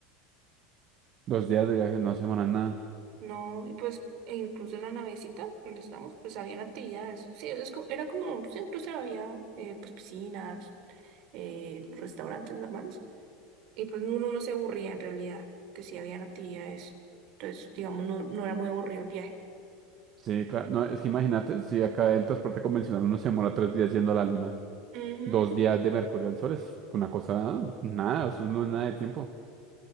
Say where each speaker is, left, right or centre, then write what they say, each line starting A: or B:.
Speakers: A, on the right; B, on the right.
A: Dos días de viaje no se demoran nada.
B: No, y pues, e incluso en la navecita donde estábamos, pues habían actividades. Sí, es co- era como, sí, incluso había eh, pues piscinas eh, restaurantes normales, y pues uno no se aburría en realidad, que sí habían actividades, entonces digamos no, no era muy aburrido el viaje.
A: Sí, claro. No, es que imagínate, si acá el transporte convencional uno se demora tres días yendo a la luna,
B: Ujú.
A: dos días de Mercurio al sol es una cosa, nada, eso no es nada de tiempo.